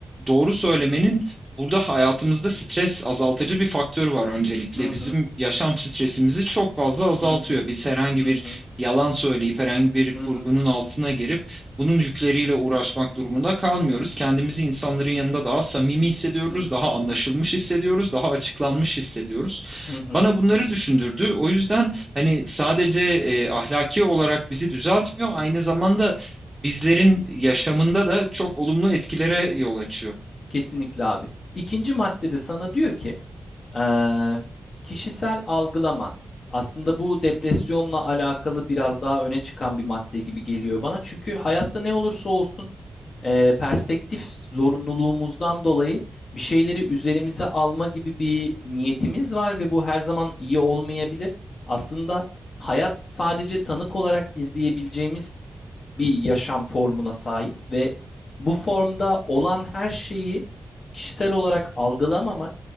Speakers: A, on the right (about 15°); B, on the left (about 60°).
A: Doğru söylemenin burada hayatımızda stres azaltıcı bir faktörü var öncelikle.
B: Hı hı,
A: Bizim yaşam stresimizi çok fazla azaltıyor.
B: hı hı,
A: Biz herhangi
B: hı
A: bir
B: hı,
A: yalan söyleyip herhangi bir
B: hı
A: kurgunun
B: hı,
A: altına girip bunun yükleriyle uğraşmak durumunda kalmıyoruz. Kendimizi insanların yanında daha samimi hissediyoruz,
B: hı hı,
A: daha anlaşılmış hissediyoruz, daha açıklanmış hissediyoruz.
B: hı hı.
A: Bana bunları düşündürdü. O yüzden hani sadece e, ahlaki olarak bizi düzeltmiyor, aynı zamanda bizlerin yaşamında da çok olumlu etkilere yol açıyor.
B: Kesinlikle abi. İkinci maddede sana diyor ki Eee, kişisel algılama. Aslında bu depresyonla alakalı biraz daha öne çıkan bir madde gibi geliyor bana. Çünkü hayatta ne olursa olsun eee, perspektif zorunluluğumuzdan dolayı bir şeyleri üzerimize alma gibi bir niyetimiz var ve bu her zaman iyi olmayabilir. Aslında hayat sadece tanık olarak izleyebileceğimiz bir yaşam formuna sahip ve bu formda olan her şeyi kişisel olarak algılamamak